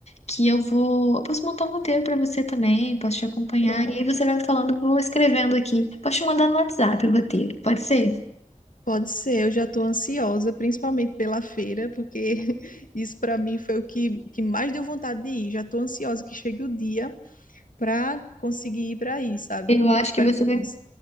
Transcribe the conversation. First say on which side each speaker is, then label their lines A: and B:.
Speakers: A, on the left; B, on the left.
A: que eu vou, eu posso montar um roteiro para você também, posso te acompanhar
B: Pronto.
A: e aí você vai me falando, eu vou escrevendo aqui. Posso te mandar no WhatsApp o roteiro, pode ser?
B: Pode ser, eu já estou ansiosa, principalmente pela feira, porque <laughs> isso para mim foi o que, que mais deu vontade de ir. Já estou ansiosa que chegue o dia para conseguir ir para aí, sabe?
A: Eu acho
B: Espero
A: que você
B: que tu
A: vai,
B: cons